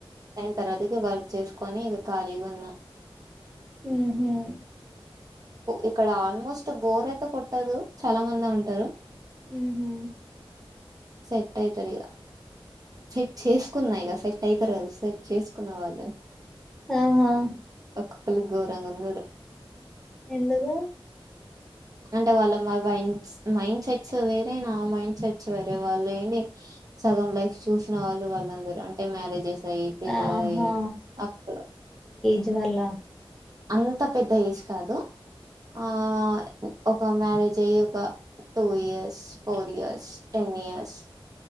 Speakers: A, on the right (about 40°); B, in the centre.
A: తర్వాత ఇగ వర్క్ చేసుకొని ఇగ ఖాళీగున్నా.
B: ఉహు
A: ఇక్కడ ఆల్మోస్ట్ బోర్ అయితె కొట్టదు, చాలా మందే ఉంటారు.
B: మ్మ్ హు
A: సట్ అయితదిగ సెట్ చేసుకున్న ఇగ సెట్ అయితారు కాదు. సెట్ చేసుకున్న వాళ్ళు
B: ఆహా
A: ఒక మల్లి గోరంగుందురు.
B: ఎందుకు
A: అంటె వాళ్ళ మా వైండ్స్ మైండ్ సెట్స్ వేరె నా మైండ్ సెట్స్ వేరె, వాళ్ళు ఏంది సగం లైఫ్ చూసిన వాళ్ళు వాళ్ళందరూ అంటె మ్యారేజెస్ ఇగ ఈ పిల్లలయి
B: ఆహా
A: అక్కడ
B: జ్ వల్ల.
A: అంత పెద్ద ఏజ్ కాదు. ఆ ఒక మ్యారేజ్ అయ్యి ఒక two years, four years, ten years